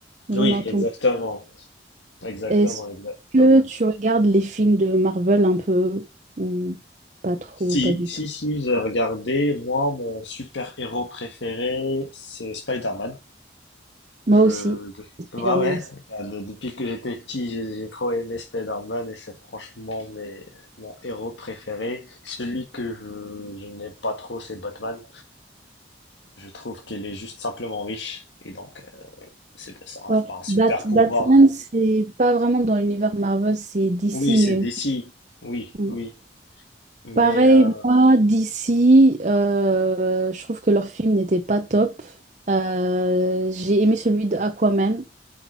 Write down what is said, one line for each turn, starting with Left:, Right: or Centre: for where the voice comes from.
Right: J'en
Left: Oui,
Right: attends.
Left: exactement, exactement,
Right: Est-ce
Left: exactement.
Right: que tu regardes les films de Marvel un peu ou pas trop,
Left: Si,
Right: pas du
Left: si,
Right: tout?
Left: si, j'ai regardé. Moi, mon super-héros préféré, c'est Spider-Man.
Right: Moi
Left: Je,
Right: aussi, Spider-Man
Left: bah ouais,
Right: aussi.
Left: bah, de- depuis que j'étais petit, j'ai j'ai trop aimé Spider-Man et c'est franchement mes, mon héros préféré. Celui que je, je n'aime pas trop, c'est Batman. Je trouve qu'il est juste simplement riche et donc C'est pas ça,
Right: Ouais.
Left: c'est pas un super
Right: Bat-
Left: pouvoir.
Right: Batman, c'est pas vraiment dans l'univers Marvel, c'est DC,
Left: Oui, c'est
Right: mais
Left: DC. Oui,
Right: Mm.
Left: oui. Mais
Right: pareil,
Left: euh,
Right: moi, DC, euh, je trouve que leur film n'était pas top. Euh, j'ai aimé celui de Aquaman,